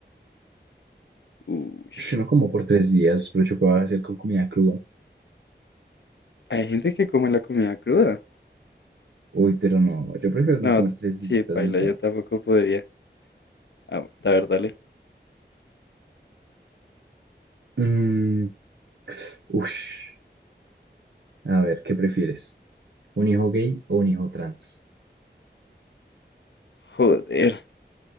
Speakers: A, on the left; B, on the right.
A: Uy,
B: Yo no como por tres días, pero yo puedo hacer con comida cruda.
A: hay gente que come la comida cruda.
B: Uy, pero no, yo prefiero
A: No,
B: no comer tres
A: sí,
B: días
A: paila,
B: y ya.
A: yo tampoco podría. Ah, la verdad, le.
B: Mm, ush. A ver, ¿qué prefieres? ¿Un hijo gay o un hijo trans?
A: Joder,